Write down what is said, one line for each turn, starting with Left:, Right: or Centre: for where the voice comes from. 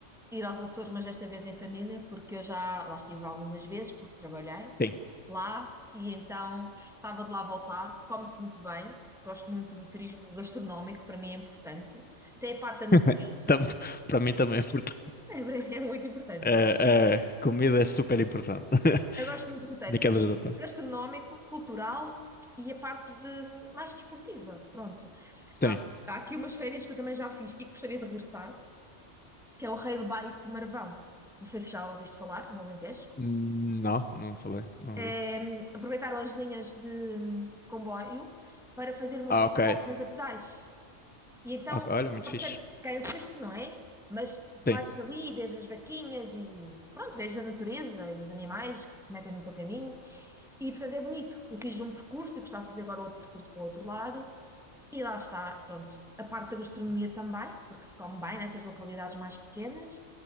Centre: ir aos Açores, mas desta vez em família, porque eu já lá estive algumas vezes, porque trabalhei.
Left: Sim,
Centre: lá e então gostava de lá voltar. Come-se muito bem, gosto muito do turismo gastronómico, para mim é importante. Tem a parte da
Left: <laughs>
Centre: natureza,
Left: Tam- para mim também é importante.
Centre: <laughs> é, ver- é muito importante.
Left: Eh, eh, comida é super importante. <laughs>
Centre: Eu gosto muito do roteiro
Left: Brincadeiras
Centre: cus-
Left: da parte.
Centre: gastronómico, cultural e a parte de, mais desportiva. Pronto.
Left: Sim.
Centre: Há, há aqui umas férias que eu também já fiz e que gostaria de regressar, que é o Rei do Baique Marvão. Não sei se já ouviste falar, no Alentejo.
Left: Hum, Não, não falei, não
Centre: É,
Left: vi.
Centre: hum, aproveitaram as linhas de hum, comboio para fazer umas
Left: Ah,
Centre: carruagens
Left: ok.
Centre: a pedais. E então,
Left: Ok, Olha, muito
Centre: observa,
Left: fixe.
Centre: cansas-te, não é? Mas
Left: Sim.
Centre: vais ali e vês as vaquinhas e pronto, vês a natureza e os animais que se metem no teu caminho. E portanto é bonito. Eu fiz um percurso, eu gostava de fazer agora outro percurso para o outro lado. E lá está, pronto, a parte da gastronomia também, porque se come bem nessas localidades mais pequenas.